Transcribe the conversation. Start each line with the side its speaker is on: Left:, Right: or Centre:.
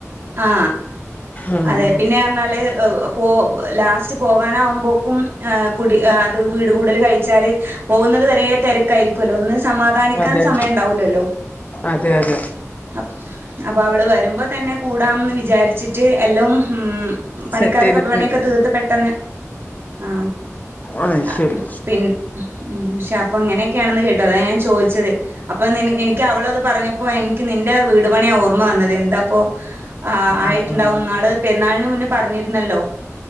Right: ആ
Left: ആഹ്
Right: അതെ പിന്നേന്നാല് പോ ലാസ്റ്റ് പോകാനാകുമ്പോക്കും കുടി അത് വീട് കൂടൽ കഴിച്ചാല് പോകുന്നത് വരേ തെരക്കായിരിക്ക്വല്ലോന്ന്. സമാധാനിക്കാൻ
Left: അതെ
Right: സമയം ഉണ്ടാവൂലല്ലോ.
Left: അതെ അതെ
Right: അ അപ്പൊ അവള് വരുമ്പത്തന്നെ കൂടാംന്ന് വിചാരിച്ചിട്ട് എല്ലോം ഉം പണിക്കാരൊക്കെ
Left: സെറ്റ് ചെയ്തിട്ട്
Right: പണിയൊക്കെ തീർത്ത് പെട്ടെന്ന് ആ
Left: അത്
Right: അ
Left: ശരി
Right: പിൻ ശ പ്പോ ഇങ്ങനെക്കെയാണെന്ന് കേട്ടു അതാ ഞാൻ ചോദിച്ചത് അപ്പോ നിന് എനിക്ക് അവളത് പറഞ്ഞപ്പോ എന ക്ക്‌ നിന്റെ വീടു പണിയാ ഓർമ്മ വന്നത് എന്താപ്പൊ ആ ആയിട്ട്ണ്ടാവും
Left: ആഹ് ആഹ്
Right: ന്നാള് പെ ന്നാളിന് മുന്നേ പറഞ്ഞിരുന്നല്ലോ.